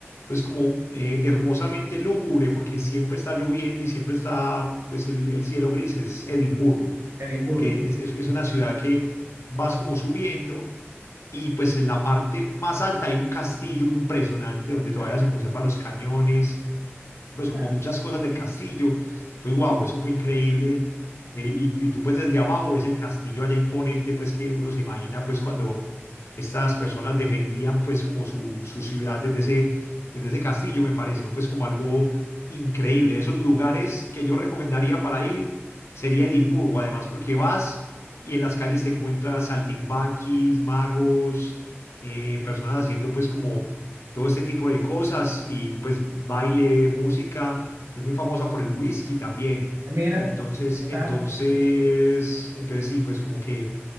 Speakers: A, on the left; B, on the right.
A: pues como eh, hermosamente lúgubre porque siempre está lloviendo y siempre está pues el, el cielo gris es Edimburgo
B: Edimburgo.
A: porque es, es- es una ciudad que vas como subiendo y pues en la parte más alta hay un castillo impresionante donde todavía
B: <laughs>
A: se conservan los cañones pues
B: Claro.
A: como muchas cosas del castillo. Entonces, wow, eso fue increíble. Eh, y, y tú pues desde abajo ves el castillo allá imponente, pues que uno se imagina pues cuando estas personas defendían pues como su, su ciudad desde ese, desde ese castillo, me pareció pues como algo increíble. Esos lugares que yo recomendaría para ir sería Edimburgo, además porque vas y en las calles te encuentras saltimbanquis, magos, eh, personas haciendo pues como todo este tipo de cosas y pues baile, música, es muy famosa por el whisky también.
B: Mira,
A: Entonces,
B: ¿qué tal?
A: entonces, entonces sí, pues como que